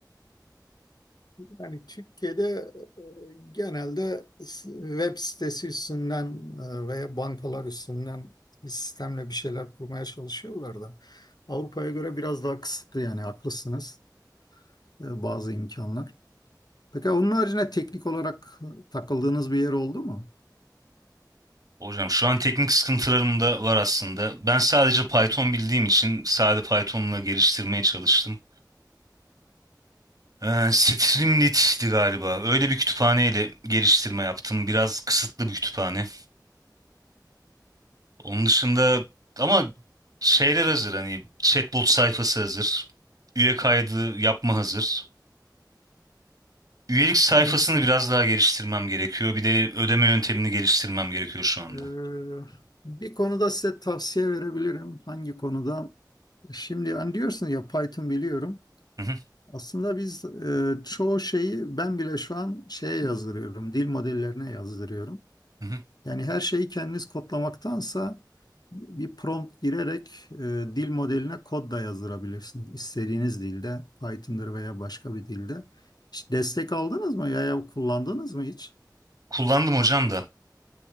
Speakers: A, on the left (about 65°); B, on the right (about 50°).
A: Yani Türkiye'de e, genelde s- web sitesi üstünden e, veya bankalar üstünden bir sistemle bir şeyler kurmaya çalışıyorlar da. Avrupa'ya göre biraz daha kısıtlı yani haklısınız. e, bazı imkanlar. Peki onun haricinde teknik olarak e, takıldığınız bir yer oldu mu?
B: Hocam şu an teknik sıkıntılarım da var aslında. Ben sadece Python bildiğim için sade Python'la geliştirmeye çalıştım. Ee, Streamlit'ti galiba. Öyle bir kütüphaneyle geliştirme yaptım. Biraz kısıtlı bir kütüphane. Onun dışında ama şeyler hazır hani chatbot sayfası hazır. Üye kaydı yapma hazır. Üyelik sayfasını
A: Yani siz,
B: biraz daha geliştirmem gerekiyor. Bir de ödeme yöntemini geliştirmem gerekiyor şu anda.
A: e, bir konuda size tavsiye verebilirim. Hangi konuda? Şimdi hani diyorsun ya Python biliyorum.
B: Hı hı,
A: Aslında biz e, çoğu şeyi ben bile şu an şeye yazdırıyorum. Dil modellerine yazdırıyorum.
B: hı hı.
A: Yani her şeyi kendiniz kodlamaktansa bir prompt girerek e, dil modeline kod da yazdırabilirsiniz. İstediğiniz dilde, Python'dır veya başka bir dilde. Hiç destek aldınız mı veya kullandınız mı hiç?
B: Kullandım hocam da.